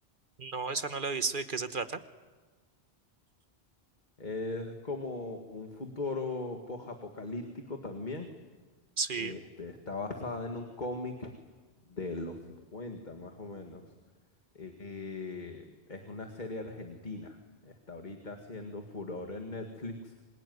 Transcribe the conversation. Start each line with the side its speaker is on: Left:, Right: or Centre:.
Right: No, esa no la he visto de qué se trata,
Left: Es como un futuro post-apocalíptico también.
Right: sí,
Left: Este, está basada en un cómic de los 50 más o menos. Eh, es una serie argentina. Está ahorita haciendo furor en Netflix